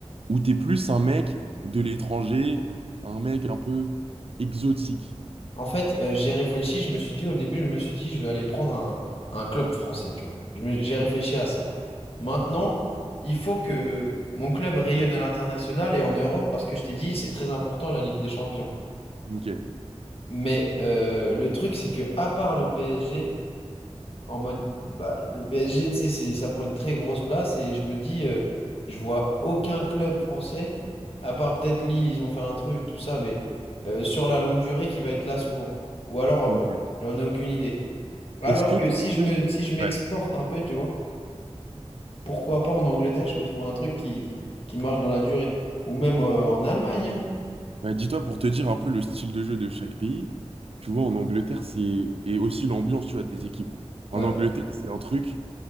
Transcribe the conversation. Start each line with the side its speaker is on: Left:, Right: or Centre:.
Right: Ou t'es plus un mec de l'étranger, un mec un peu exotique?
Left: En fait, euh, j'ai réfléchi, je me suis dit au début, je me suis dit, je vais aller prendre un, un club français, tu vois. Je me- J'ai réfléchi à ça. Maintenant, il faut que mon club rayonne à l'international et en Europe, parce que je t'ai dit, c'est très important la Ligue des Champions.
Right: Ok.
Left: Mais euh, le truc, c'est que à part le PSG, en mode, bah, le PSG, tu sais, c'est- ça prend une très grosse place et je me dis, euh, je vois aucun club français, à part peut-être Lille, ils ont fait un truc, tout ça, mais euh, sur la longue durée qui va être là souvent. Ou alors,
Right: Ok.
Left: euh, j'en ai aucune idée. Alors
Right: Est-ce que
Left: que
Right: t'es
Left: si je
Right: plus...
Left: me, si je m'exporte
Right: Ouais.
Left: un peu, tu vois, pourquoi pas en Angleterre, je peux trouver un truc qui, qui marche dans la durée. Ou même euh, en Allemagne. hein.
Right: Bah, dis-toi pour te dire un peu le style de jeu de chaque pays. Tu vois, en Angleterre, c'est... Et aussi l'ambiance, tu vois, des équipes.
Left: Ouais,
Right: En Angleterre, c'est un truc...